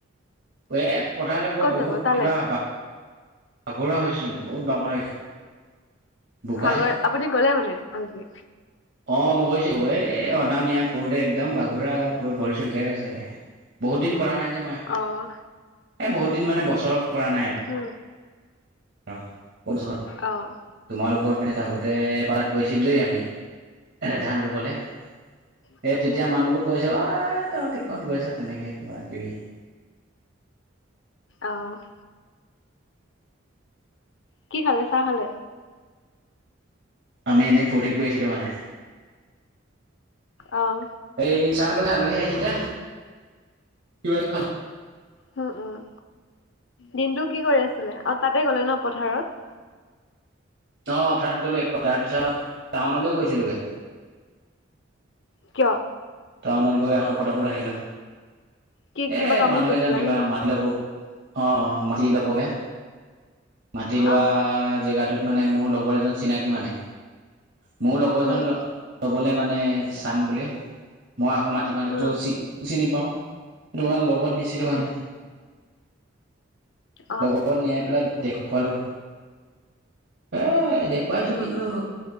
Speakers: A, on the right; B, on the left.
A: পথাৰলৈ
B: ক'ত
A: গৈ
B: যাব
A: বহুত
B: তালে?
A: কিবা ভাগৰুৱা হয়চোন বহুত ভাগৰ লাগে। বোকা
B: ভাগৰ
A: যে
B: আপুনি গ'লে মানে আজি
A: অ', মই গৈছোঁ এ অনা নিয়া কৰোঁতে এক একদম ভাগৰুৱা পুৰা ভৰি ছৰি বিষাই গৈছেগে বহুত দিন কৰা নাই যে মই
B: অ',
A: এ বহুত কেইদিন মানে বছৰ কৰা নাই আৰু।
B: উম,
A: <unintelligible>
B: অ',
A: তোমালোকৰ পিনে থাকোঁতে এবাৰত গৈছিলোঁ দেই আমি এ ধান ৰুবলৈম সেই
B: উম,
A: তেতিয়া
B: উম,
A: মানুহবোৰ কৈছে অ', তহঁতি ক'ত গৈছ তেনেকে। <unintelligible>
B: অ', কি খালে চাহ খালে?
A: আমি এনে ফূৰ্তিত গৈছিলোঁ মানে
B: অ',
A: এই চাহ খালো আলহী আহিছিলে <unintelligible>
B: <unintelligible> দিনটো কি কৰি আছিলে অ, তাতে গ'লে ন, পথাৰত?
A: অ, পথাৰত গ'লো এক <unintelligible> তাৰ পিছত টাউনলৈ গৈছিলোগে।
B: কিয়?
A: টাউনত গৈ আখো পতাপত আহিলো
B: কি
A: এ
B: কিবা কামত
A: মানুহ
B: গৈছিলা
A: এজন কিবা
B: নেকি?
A: মাতিলে বও অ', অ', মাটি লবলে। মাটি লোৱা
B: অ',
A: জেগাটোত মানে মোৰ লগৰ এজন চিনাকি মানে মোৰ লগৰ
B: উম,
A: জন ল'বলে মানে চাম বুলে মই আকৌ মাটিৰ মালিকটোও
B: উম,
A: চি-চিনি পাও সেইটো কাৰণে লগত নিছিলো মানে।
B: উম, অ',
A: লগত নিয়াই পেলাই দেখুৱালোঁ এ এ দেখুৱাইছো
B: উম,
A: কিন্তু
B: উম,